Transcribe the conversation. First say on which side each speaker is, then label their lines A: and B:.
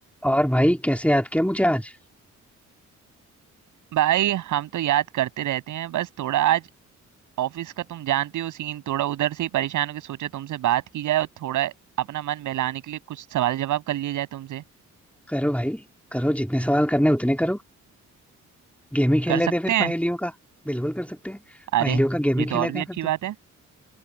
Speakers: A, in the centre; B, on the right (about 85°).
A: और भाई कैसे याद किया मुझे आज
B: भाई हम तो याद करते रहते हैं बस थोड़ा आज ऑफिस का तुम जानते हो सीन थोड़ा उधर से ही परेशान होकर सोचा तुमसे बात की जाए और थोड़ा अपना मन बहलाने के लिए कुछ सवाल जवाब कर लिए जाए तुमसे
A: करो भाई करो जितने सवाल करने उतने करो गेम ही खेल
B: कर
A: लेते
B: सकते
A: हैं फिर
B: हैं
A: पहेलियों का बिल्कुल कर सकते हैं
B: अरे
A: पहेलियों का गेम
B: ये
A: ही
B: तो
A: खेल
B: और
A: लेते
B: भी
A: हैं
B: अच्छी
A: फिर तो
B: बात है